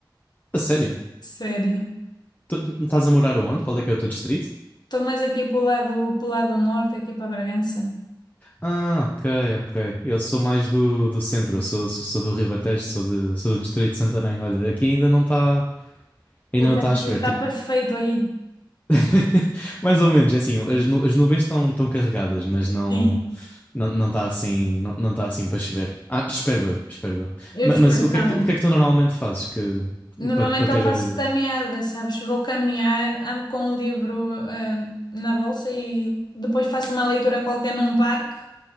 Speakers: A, on the left; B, on the left.
A: a sério?
B: sério.
A: Tu estás a morar aonde? Qual é que é o teu distrito?
B: Estou mais aqui para o lado, para lado norte, aqui para Bragança.
A: Ah, ok, ok. Eu sou mais do, do centro, eu sou, sou, sou do Ribatejo, sou, de, sou do distrito de Santarém. Olha, aqui ainda não está ainda
B: O
A: não
B: tempo
A: está a chover,
B: deve estar
A: tipo...
B: perfeito aí.
A: <laughs> mais ou menos, é assim, as, nu- as nuvens estão estão carregadas, mas não...
B: Sim,
A: Não, não está assim, não, não está assim para chover. Ah, espero eu, espero eu.
B: eu
A: Ma-
B: espero
A: Mas, o que
B: também.
A: é que, o que é que tu normalmente fazes que,
B: Normalmente
A: para, para ter...
B: eu faço
A: a-
B: caminhada, sabes? Vou caminhar, ando com um livro, eh, na bolsa e depois faço uma leitura qualquer num parque.